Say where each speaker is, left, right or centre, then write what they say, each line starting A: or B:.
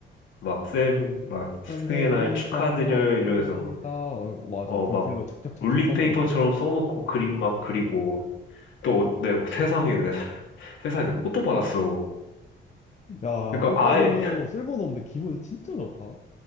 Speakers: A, on the left; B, on the left.
A: 막 쌤, 막
B: 선생님
A: 스승의 날 축하드려요
B: 감사합니다.
A: 이러면서
B: 어, 맞아.
A: 어
B: 분필로
A: 막
B: 착착착착
A: 롤링페이퍼처럼
B: 써놓으면.
A: 써놓고 그림 막 그리고 또 내 세상에 회사에 내 꽃도 받았어.
B: 야,
A: 그러니까
B: 꽃 받으면
A: 아예
B: 쓸모는 없는데 기분이 진짜 좋다.